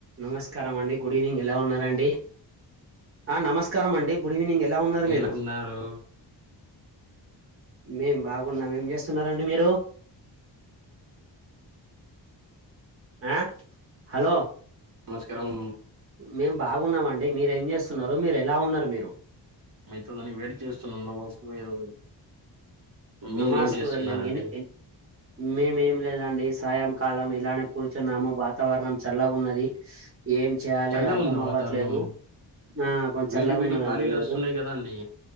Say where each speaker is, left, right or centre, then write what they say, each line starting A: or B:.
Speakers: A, on the right; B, on the right.
A: నమస్కారం అండి గుడ్ ఈవినింగ్ ఎలా ఉన్నారండి ఆ నమస్కారం అండి గుడ్ ఈవినింగ్ ఉన్నారు మీరు
B: ఎలా ఉన్నారు
A: మేం బాగున్నాం ఏం చేస్తున్నరండి మీరు అ హలో
B: నమస్కారం
A: మేం బాగున్నం అండి మీరు ఏం చేస్తున్నారు మీరు ఎలా ఉన్నారు మీరు
B: మైతదని వేడి చేస్తునన్న మనసులో ఏదో మీరేం
A: నమాసుకు
B: చేస్తున్నారండి
A: వెల్లంగ ఎన్నీ ఎన్ మేమేం లేదండి సాయంకాలం ఇలానే కూర్చున్నాము వాతావరణం చల్లగున్నది ఏం చేయాలే
B: చల్లగా
A: అర్ధం
B: ఉందా
A: అవ్వట్లేదు
B: వాతావరణం
A: ఆ కొంచల్లాగా
B: వేడి వేడి
A: ఉన్నాదండి
B: గాలిలు
A: ఈరోజు
B: వస్తున్నాయి కదండి